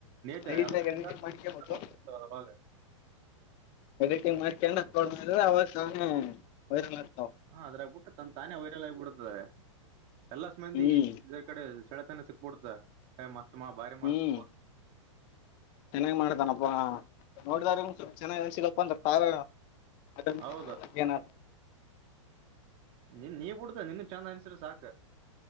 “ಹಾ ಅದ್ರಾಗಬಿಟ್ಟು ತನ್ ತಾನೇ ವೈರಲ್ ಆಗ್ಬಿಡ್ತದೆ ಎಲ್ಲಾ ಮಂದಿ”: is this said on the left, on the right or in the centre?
Right